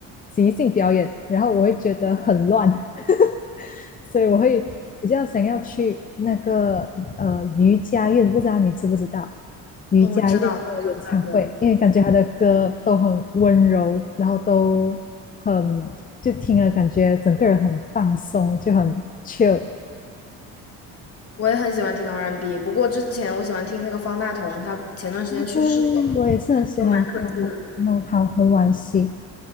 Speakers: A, on the left; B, on the left.
A: 即兴表演，然后我会觉得很乱。<laughs> 所以我会比较想要去那个呃余佳运，不知道你知不知道余佳运的演唱会，
B: 哦，我知道，知道那个。
A: 因为感觉他的歌都很温柔，然后都很就听了感觉整个人很放松，就很 chill。
B: 我也很喜欢听 R&B，n 不过之前我喜欢听那个方大同，他前段时间去世了，
A: 对，我也是很喜欢他，
B: 就蛮可惜的。
A: 种，那好，很惋惜，